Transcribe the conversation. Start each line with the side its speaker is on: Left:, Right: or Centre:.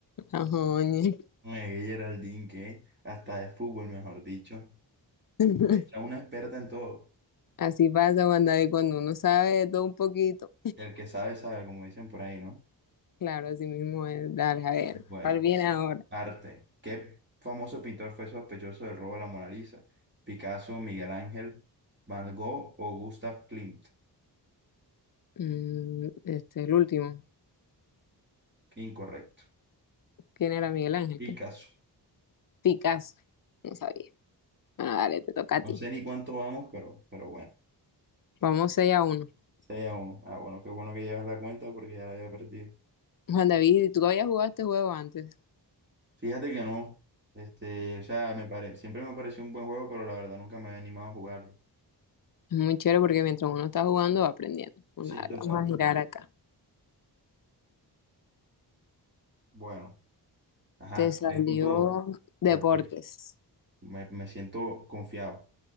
Left: Ajá, ñe.
Right: Eh, Geraldine, que hasta de fútbol, mejor dicho.
Left: <laughs>
Right: Hecha una experta en todo.
Left: Así pasa, Juan David, cuando uno sabe de todo un poquito.
Right: El que sabe, sabe, como dicen por ahí, ¿no?
Left: Claro, así mismo es. Dale, a ver,
Right: Bueno,
Left: ¿cuál viene ahora?
Right: arte. ¿Qué famoso pintor fue sospechoso del robo de la Mona Lisa? ¿Picasso, Miguel Ángel, Van Gogh o Gustav Klimt?
Left: Mm, este, es el último.
Right: Incorrecto.
Left: ¿Quién era Miguel Ángel?
Right: Picasso.
Left: ¿Qué? Picasso. No sabía. Bueno, dale, te toca a
Right: No
Left: ti.
Right: sé ni cuánto vamos, pero, pero bueno.
Left: Vamos 6 a uno
Right: 6 a 1. Ah, bueno, qué bueno que llevas la cuenta porque ya la había perdido.
Left: Juan David, tú habías jugado este juego antes.
Right: Fíjate que no. Este, o sea, me pare... siempre me pareció un buen juego, pero la verdad nunca me había animado a jugarlo.
Left: Es muy chévere porque mientras uno está jugando va aprendiendo. Bueno,
Right: Sí,
Left: dale,
Right: total,
Left: vamos a
Right: total.
Left: girar acá.
Right: Bueno, ajá,
Left: Te salió
Right: ven con todo.
Left: deportes.
Right: Cualquier- Me, me siento confiado.